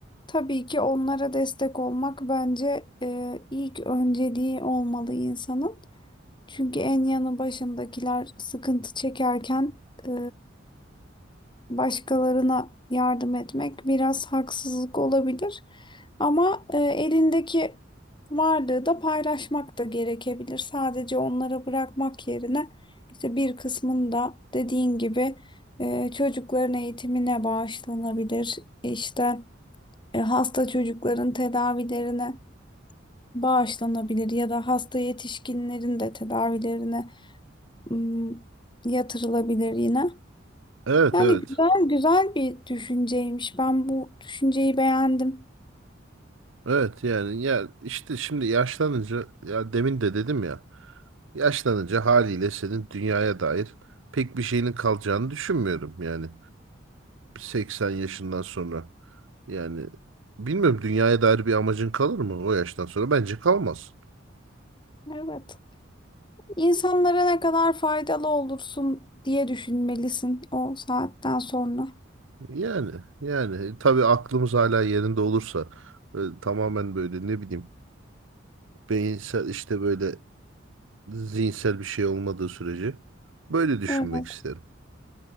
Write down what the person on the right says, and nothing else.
Evet
evet.
Evet yani ya işte şimdi yaşlanınca ya demin de dedim ya yaşlanınca haliyle senin dünyaya dair pek bir şeyinin kalacağını düşünmüyorum yani 80 yaşından sonra yani bilmiyorum dünyaya dair bir amacın kalır mı o yaştan sonra bence kalmaz.
Yani yani tabii aklımız hala yerinde olursa e, tamamen böyle ne bileyim beyinsel işte böyle zihinsel bir şey olmadığı sürece böyle düşünmek
isterim.